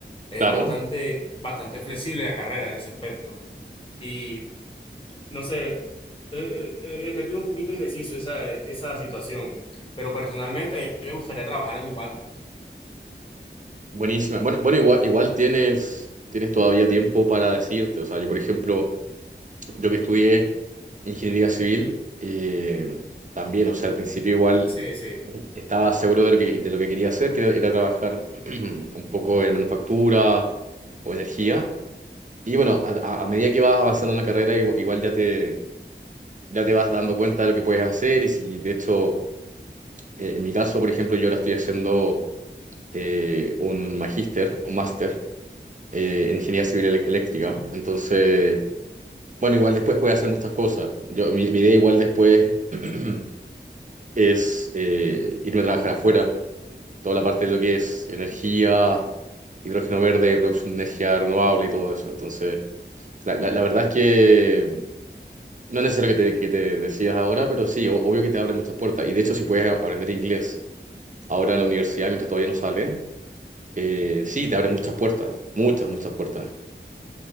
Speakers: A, on the left; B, on the right.
A: es
B: Claro,
A: bastante, bastante flexible la carrera en ese aspecto. Y no sé, eh, eh, eh, me tiene un poquito indeciso esa, esa situación, pero personalmente a mí me gustaría trabajar en un banco.
B: buenísima. Bueno, bueno, igual, igual tienes, tienes todavía tiempo para decirte. O sea, yo por ejemplo, yo que estudié ingeniería civil, eh, también, o sea, al principio igual
A: Sí, sí.
B: estaba seguro de lo que, de lo que quería hacer, que era, era trabajar <clears throat> un poco en manufactura o energía. Y bueno, a, a- a medida que vas avanzando en la carrera, igu- igual, ya te, ya te vas dando cuenta de lo que puedes hacer. Y si, de hecho, eh, en mi caso, por ejemplo, yo ahora estoy haciendo eh, un magíster, un máster eh, en ingeniería civil elec- eléctrica. Entonces, bueno, igual después puedes hacer muchas cosas. Yo, mi, mi idea igual después <clears throat> es eh, irme a trabajar afuera. Toda la parte de lo que es energía, hidrógeno verde, producción de energía renovable y todo eso. Entonces, la, la la verdad es que. No es necesario que te, que te decías ahora, pero sí, o- obvio que te abre muchas puertas. Y de hecho, si puedes a- aprender inglés ahora en la universidad, mientras todavía no sale, eh, sí, te abre muchas puertas, muchas, muchas puertas.